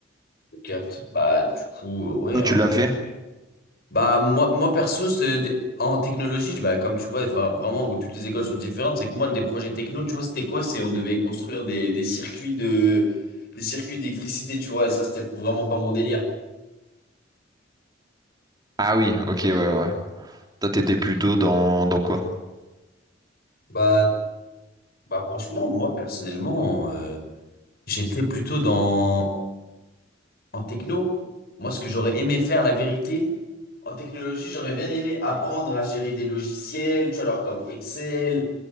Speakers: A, on the left (about 55°); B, on the right (about 20°).
A: Je Capte. Bah du coup, euh, ouais,
B: Toi, tu
A: hein.
B: l'as fait?
A: Bah moi, moi perso, c'est des- en technologie, je- bah, comme tu vois, vra- vraiment où toutes les écoles sont différentes, c'est que moi des projets techno, tu vois, c'était quoi? C'est on devait construire des, des circuits de des circuits d'électricité, tu vois, et ça c'était vraiment pas mon délire.
B: Ah oui, ok, ouais, ouais. Toi, t'étais plutôt dans, dans quoi?
A: Bah bah franchement, moi personnellement, euh, j'étais plutôt dans En techno, moi, ce que j'aurais aimé faire, la vérité, en technologie, j'aurais bien aimé apprendre à gérer des logiciels, tu vois, alors comme Excel,